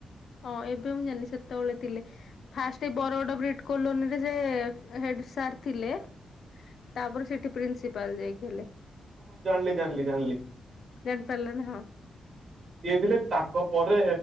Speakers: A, on the left (about 65°); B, on the right (about 45°).
A: ହଁ ଏବେ ମୁଁ ଜାନି ସେତେବେଳେ ଥିଲେ। ଫାଷ୍ଟ ଏଇ ବରଡ ବ୍ରିଟ କଲୋନୀରେ ସେ ହେଡ ସାର୍ ଥିଲେ। ତାପରେ ସେଠି ପ୍ରିନ୍ସିପାଲ ଯାଇ ହେଲେ।
B: ହଁ ଜାଣିଲି ଜାଣିଲି ଜାଣିଲି।
A: ଜାଣିପାରିଲେ ନା ହଁ
B: ସିଏ ଥିଲେ ତାଙ୍କ ପରେ